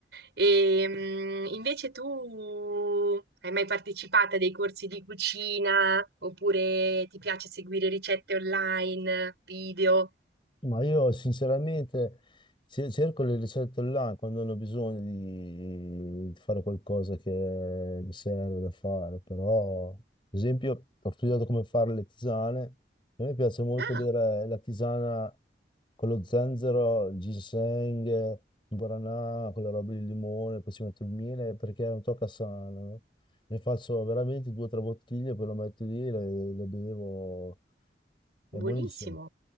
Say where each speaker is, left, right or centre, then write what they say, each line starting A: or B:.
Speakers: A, on the right; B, on the left.
A: E, mh, invece tu hai mai partecipato a dei corsi di cucina oppure ti piace seguire ricette online, video?
B: Ma io sinceramente ce- cerco le ricette online quando hanno bisogno di, di fare qualcosa che mi serve da fare, però ad esempio ho studiato come fare le tisane, a me piace molto
A: Ah,
B: bere la tisana con lo zenzero, il ginseng, il guaranà, quella roba di limone, poi ci metto il miele perché è un tocca sano, no? Ne faccio veramente due o tre bottiglie, poi lo metto lì e le le bevo, è
A: buonissimo.
B: buonissimo.